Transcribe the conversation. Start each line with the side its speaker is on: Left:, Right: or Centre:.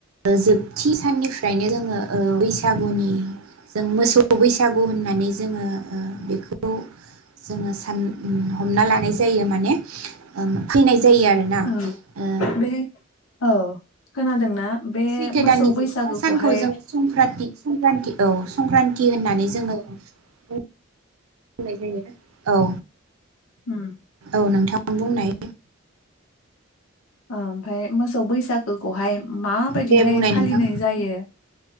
Right: जोबथि साननिफ्रायनो जोङो ओ बैसागुनि जों मोसौ बैसागु होननानै जोङो ओ बेखौ जोङो सान ओ हमनालानाय जायो माने उम फैनाय जायो आरोना
Left: औ
Right: ओ
Left: बे औ खोनादोंना बे
Right: सैथो
Left: मोसौ
Right: दाननि जोबथा
Left: बैसागोखौहाय
Right: सानखौ जों संक्रान्ति संक्रान्ति औ संक्रान्ति थि होननानै जोङो <unintelligible> जायो औ
Left: उम
Right: औ नोंथां बुंनाय
Left: ओमफ्राय मोसौ बैसागोखौहाय माबायदिहाय
Right: दे बुंनाय
Left: फालिनाय
Right: नोंथां
Left: जायो